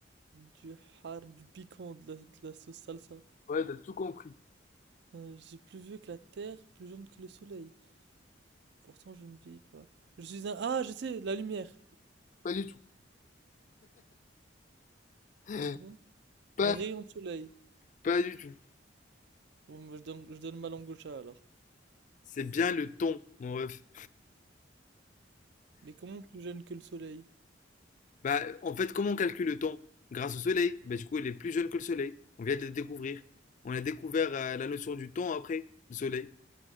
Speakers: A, on the right; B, on the left.
A: Du har, du piquant, de la, de la sauce salsa.
B: Ouais, t'as tout compris.
A: Euh, je suis plus vieux que la terre, plus jeune que le soleil. Pourtant, je ne vieillis pas. Je suis un... Ah, je sais, la lumière.
B: Pas du tout. <laughs>
A: Ah bon?
B: Pas,
A: Un rayon de soleil.
B: pas du tout.
A: Bon, bah, je donne, je donne ma langue au chat, alors.
B: C'est bien le temps, mon ref.
A: Mais comment plus jeune que le soleil?
B: Bah, en fait, comment on calcule le temps? Grâce au soleil. Bah, du coup, il est plus jeune que le soleil. On vient de le découvrir. On a découvert euh, la notion du temps après le soleil.